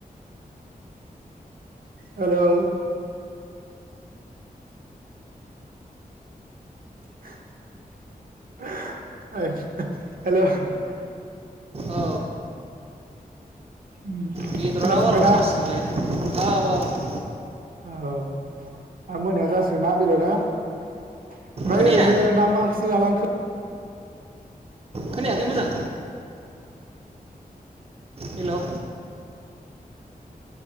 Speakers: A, on the right; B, on the right.
A: हेलौ <unintelligible>
B: औ
A: ओम
B: बेदरा
A: खोना
B: दा
A: फिनबायना?
B: बारावसो जासिगोनलाय औ औ
A: औ दा मोनायाव जा जोंना बेदरा ओमफ्राय
B: खोनाया
A: ओरैनो दा मा ओंख्रिजों जालांखो?
B: खोनायाखै मोजां? Hello